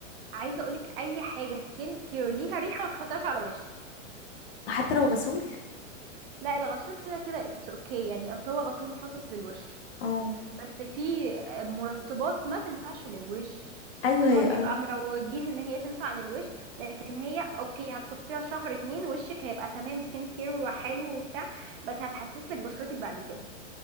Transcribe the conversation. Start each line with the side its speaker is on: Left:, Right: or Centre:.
Right: عايزه اقولك اي حاجه سكين كير ليها ريحه ما تحطهاش على وشك
Left: حتى لو غسول
Right: لا الغسول كده كده اتس اوكي يعني اصل هو غسول مخصص للوش
Left: اه
Right: بس في آه، مرطبات ما تنفعش للوش
Left: ايوه
Right: هما
Left: هي
Right: بيبقى مروجين ان هي تنفع للوش لكن هي اوكي هتحطيها شهر اتنين وشك هيبقى تمام سكين كير وحلو وبتاع بس هتحسسلك بشرتك بعد كده